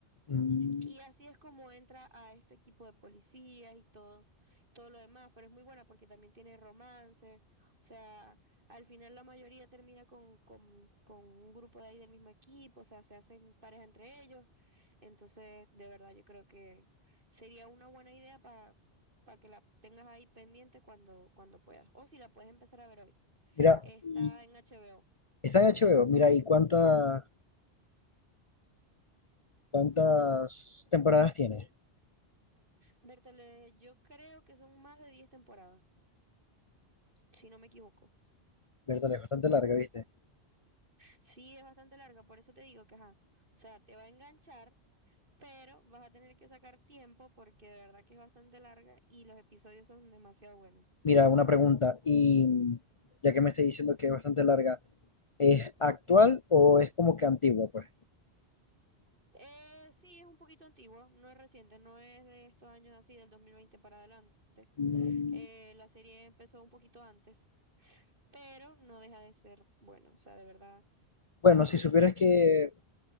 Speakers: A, on the left (about 35°); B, on the right (about 55°).
A: Mm,
B: Y así es como entra a este equipo de policías y todo, todo lo demás, pero es muy buena porque también tiene romance, o sea, al final la mayoría termina con, con, con un grupo de ahí del mismo equipo, o sea, se hacen pareja entre ellos Entonces, de verdad, yo creo que sería una buena idea para, para que la tengas ahí pendiente cuando, cuando puedas. O si la puedes empezar a ver hoy.
A: Mira,
B: Está
A: y
B: en HBO.
A: está en HBO. Mira, ¿y cuántas cuántas temporadas tiene?
B: Bertale, yo creo que son más de 10 temporadas, si no me equivoco.
A: Verdad, es bastante larga, ¿viste?
B: Sí, es bastante larga, por eso te digo que, ajá, o sea, te va a enganchar, pero vas a tener que sacar tiempo porque de verdad que es bastante larga y los episodios son demasiado buenos.
A: Mira, una pregunta. Y ya que me estás diciendo que es bastante larga, ¿es actual o es como que antigua, pues?
B: Eh, sí, es un poquito antiguo, no es reciente, no es de estos años así, del 2020 para adelante
A: Mm,
B: Eh, la serie empezó un poquito antes, pero no deja de ser buena, o sea, de verdad.
A: Bueno, si supieras que
B: mm,